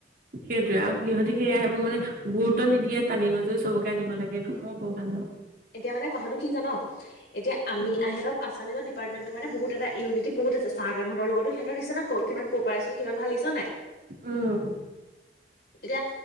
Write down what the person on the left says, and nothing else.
এতিয়া মানে কথাটো কি জান এতিয়া আমি
সেতক আচামিজৰ ডিপাৰ্টমেণ্ট ত মানে বহুত এটা ইউনিটি বহুত আছে ছাৰ মেমহতৰ লগতো সিহঁতৰ দিখিছ নাই কিমান কপাৰেচন কিমান ভাল লাগিছে হয় নাই
এতিয়া